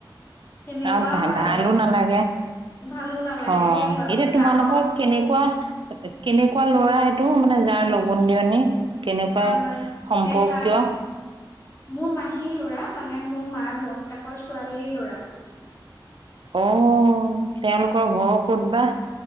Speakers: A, on the left; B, on the right.
A: তেনেকুৱা
B: ৰাম ভা
A: হয়
B: ভালো
A: আৰু
B: নালাগে,
A: ভালো নালাগে
B: অ
A: সেই
B: এতিয়া
A: ডাঙৰ
B: তোমালোকৰ কেনেকুৱা। কেনেকুৱা লৰা সেইটো, মানে যাৰ লগোণ দিয়নী। কেনেকুৱা
A: আহ
B: সম্পৰ্কীয়।
A: মান এ তাৰ মোৰ মাহী লৰা, মানে মোৰ মাৰ বৰ্তাকৰ ছোৱালীৰ লৰা।
B: আহ তেওঁলোকৰ ঘৰ ক'ত বা।